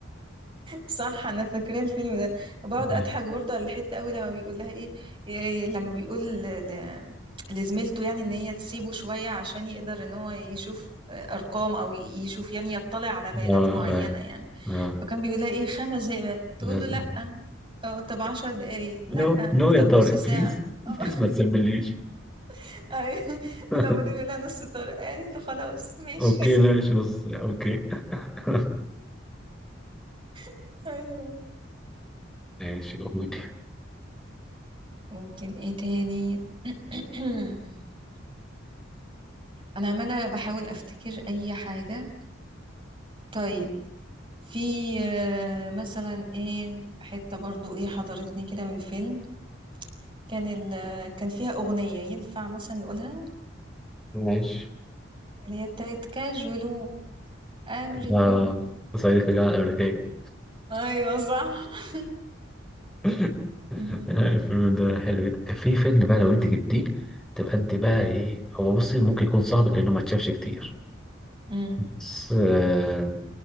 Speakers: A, on the right; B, in the centre.
A: صح انا فاكره الفيلم ده بقعد
B: اه
A: اضحك برضه على الحته قوي لما بيقول لها ايه إيه لما بيقول ل... ل... لزميلته يعني ان هي تسيبه شويه عشان يقدر ان هو يشوف ارقام او يشوف يعني يطلع على بيانات
B: اه
A: معينه يعني
B: آه.
A: فكان بيقول لها ايه خمس دقايق بس. تقول
B: لازم
A: له لا
B: <laughs>
A: اه طب عشر دقايق لا
B: نو نو
A: طب
B: يا
A: نص
B: طارق
A: ساعه
B: بليز
A: اه
B: بليز ما تسبليش
A: <laughs> ايوه
B: <laughs>
A: لما دي بيقول لها نص طارق قالت له خلاص ماشي
B: اوكي ماشي نص ساعة اوكي <laughs>
A: <laughs> ايوه
B: ماشي قولي
A: ممكن ايه تاني <clears throat> انا عماله بحاول افتكر اي حاجه طيب في آه، مثلا ايه حته برضو ايه حضرتني كده من فيلم كان ال كان فيها اغنيه ينفع مثلا نقولها
B: ماشي
A: اللي هي بتاعت كاجولو امريكو
B: اه صعيدي في الجامعة الأمريكية
A: ايوه صح <laughs>
B: <laughs>
A: مهم.
B: الفيلم ده حلو جدا كان في فيلم بقى لو انت جبتيه تبقى انت بقى ايه هو بصي ممكن يكون صعب لانه ما اتشافش كتير
A: مم.
B: بس آه،